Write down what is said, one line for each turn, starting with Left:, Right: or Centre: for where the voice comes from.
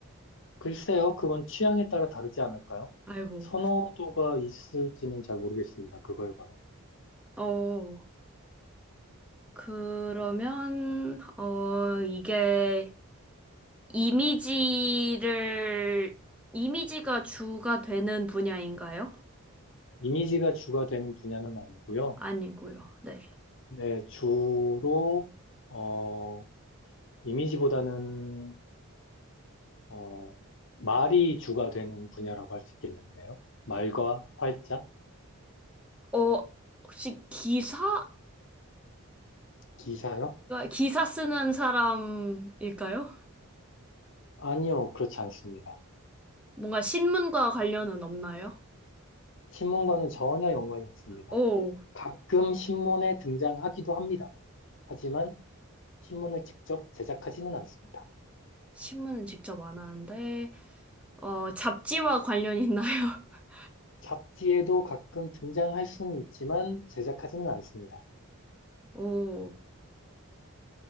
Left: 글쎄요, 그건 취향에 따라 다르지 않을까요?
Centre: 아이고.
Left: 선호도가 있을지는 잘 모르겠습니다. 그거에 관한.
Centre: 어, 그러면, 어, 이게 이미지를, 이미지가 주가 되는 분야인가요?
Left: 이미지가 주가 되는 분야는 아니고요.
Centre: 아니고요. 네.
Left: 네, 주로, 어, 이미지보다는, 어, 말이 주가 되는 분야라고 할 수 있겠는데요. 말과 활자?
Centre: 어, 혹시 기사인가?
Left: 기사요?
Centre: 기사 쓰는 사람일까요?
Left: 아니요, 그렇지 않습니다.
Centre: 뭔가 신문과 관련은 없나요?
Left: 신문과는 전혀 연관이 없습니다.
Centre: 오,
Left: 가끔 신문에 등장하기도 합니다. 하지만 신문을 직접 제작하지는 않습니다.
Centre: 신문은 직접 안 하는데, 어, 잡지와 관련 있나요? <laughs>
Left: 잡지에도 가끔 등장할 수는 있지만 제작하지는 않습니다.
Centre: 오, 어,